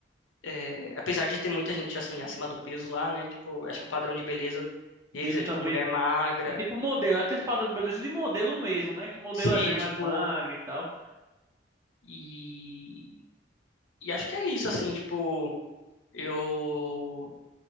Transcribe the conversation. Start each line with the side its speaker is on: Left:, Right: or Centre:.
Left: é, apesar de ter muita gente, assim, acima do peso lá, né? Tipo, acho que o padrão de beleza
Right: Deles
Left: deles é, tipo,
Right: também.
Left: mulher magra.
Right: É tipo modelo, aqueles padrão de beleza de modelo mesmo, né? Que modelo
Left: Sim,
Right: é bem mais
Left: tipo,
Right: magro e tal.
Left: e, e acho que é isso, assim, tipo, eu